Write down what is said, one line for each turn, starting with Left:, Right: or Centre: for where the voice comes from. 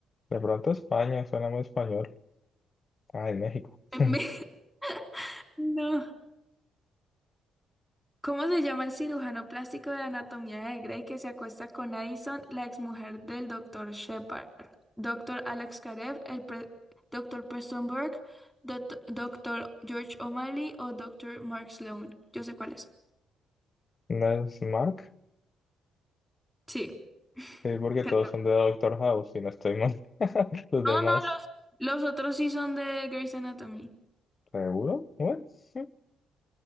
Left: De pronto España, suena muy español. Ah, en México.
Centre: <laughs>
Left: <laughs>
Centre: No. ¿Cómo se llama el cirujano plástico de Anatomía de Grey que se acuesta con Addison, la exmujer del doctor Shepard? doctor Alex Karev, el pre- Dr. Preston Burke, Dr. Dr. George O'Malley o doctor Mark Sloan. Yo sé cuál es.
Left: ¿No es Mark?
Centre: Sí,
Left: Sí, porque
Centre: creo.
Left: todos son de Doctor House, si no estoy mal. <laughs> Los demás.
Centre: No, no, los, los otros sí son de Grey's Anatomy.
Left: ¿Seguro? Bueno. sí.